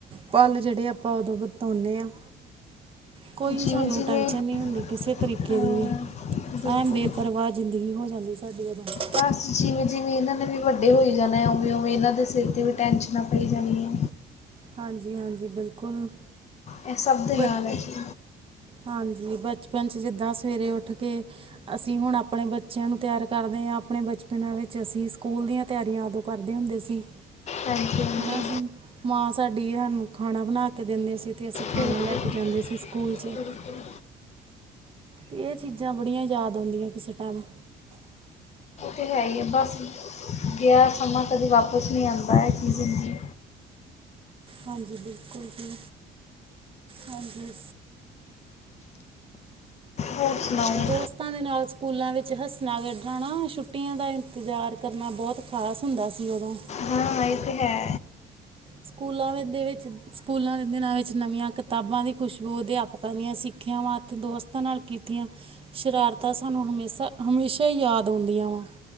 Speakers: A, on the right; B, on the left.
A: ਪਲ ਜਿਹੜੇ, ਆਪਾਂ ਉਦੋਂ ਬਤਾਉਂਦੇ ਆ। ਕੋਈ
B: ਜਿਵੇਂ
A: ਸਾਨੂੰ
B: ਜਿਵੇਂ
A: ਟੈਂਸ਼ਨ ਨਹੀਂ ਹੁੰਦੀ। ਕਿਸੇ ਤਰੀਕੇ
B: ਅਹ,
A: ਦੀ ਵੀ
B: ਬਿਲਕੁਲ
A: ਐਨ ਬੇਪਰਵਾਹ ਜ਼ਿੰਦਗੀ ਹੋ ਜਾਂਦੀ ਸਾਡੀ ਓਦੋਂ।
B: ਬਸ ਜਿਵੇਂ ਜਿਵੇਂ ਇਹਨਾਂ ਨੇ ਵੀ ਵੱਡੇ ਹੋਈ ਜਾਣਾ ਹੈ। ਉਵੇਂ ਉਵੇਂ ਇਹਨਾਂ ਦੇ ਸਿਰ 'ਤੇ ਵੀ ਟੈਂਸ਼ਨਾਂ ਪਈ ਜਾਣੀਆਂ।
A: ਹਾਂਜੀ, ਹਾਂਜੀ ਬਿਲਕੁਲ।
B: ਇਹ ਸਭ ਦੇ
A: ਬ
B: ਨਾਲ ਹੈ ਜੀ।
A: ਹਾਂਜੀ ਬਚਪਨ ' ਜਿੱਦਾਂ ਸਵੇਰੇ ਉੱਠ ਕੇ। ਅਸੀਂ ਹੁਣ ਆਪਣੇ ਬੱਚਿਆਂ ਨੂੰ ਤਿਆਰ ਕਰਦੇ ਹਾਂ, ਆਪਣੇ ਬਚਪਨਾਂ ਵਿੱਚ ਅਸੀਂ ਸਕੂਲ ਦੀਆਂ ਤਿਆਰੀਆਂ ਉਦੋਂ। ਕਰਦੇ ਹੁੰਦੇ ਸੀ।
B: ਹਾਂਜੀ ਹਾਂਜੀ।
A: ਹਨਾ ਜੀ ਮਾਂ ਸਾਡੀ ਸਾਨੂੰ ਖਾਣਾ ਬਣਾ ਕੇ ਦੇਂਦੇ ਸੀ, ਅਤੇ ਅਸੀਂ ਖਾਣਾ
B: ਬਿਲਕੁਲ
A: ਲੈ ਕੇ ਜਾਂਦੇ ਸੀ ਸਕੂਲ 'ਚ।
B: ਬਿਲਕੁਲ
A: ਇਹ ਚੀਜ਼ਾਂ ਬੜੀਆਂ ਯਾਦ ਆਉਦੀਆਂ ਕਿਸੇ ਟਾਈਮ।
B: ਇਹ ਤੇ ਹੈ ਹੀ ਆ, ਬਸ ਗਿਆ ਸਮਾਂ ਕਦੇ ਵਾਪਸ ਨਹੀਂ ਆਂਦਾ। ਇਹ ਚੀਜ਼ ਹੁੰਦੀ ਹੈਗੀ।
A: ਹਾਂਜੀ, ਬਿਲਕੁਲ ਜੀ, ਹਾਂਜੀ।
B: ਹੋਰ ਸੁਣਾਓ
A: ਦੋਸਤਾਂ ਦੇ ਨਾਲ ਸਕੂਲਾਂ ਵਿੱਚ ਹੱਸਣਾ ਖੇਡਣਾ ਨਾ ਛੁੱਟੀਆਂ ਦਾ ਇੰਤਜ਼ਾਰ ਕਰਨਾ ਬਹੁਤ। ਖਾਸ ਹੁੰਦਾ ਸੀ ਉਦੋਂ।
B: ਹਾਂ ਹਾਂ ਇਹ ਤਾਂ ਹੈ।
A: ਸਕੂਲਾਂ ਦੇ ਵਿੱਚ, ਸਕੂਲਾਂ ਦੇ ਦਿਨਾਂ ਵਿੱਚ ਨਵੀਆਂ ਕਿਤਾਬਾਂ ਦੀ ਖੁਸ਼ਬੂ ਅਧਿਆਪਕਾਂ ਦੀਆਂ ਸਿੱਖਿਆਵਾ। ਅਤੇ ਦੋਸਤਾਂ ਨਾਲ ਕੀਤੀਆਂ ਸ਼ਰਾਰਤਾਂ ਸਾਨੂੰ ਹਮੇਸ਼ਾ-ਹਮੇਸ਼ਾ ਹੀ ਯਾਦ ਆਉਂਦੀਆਂ ਵਾ।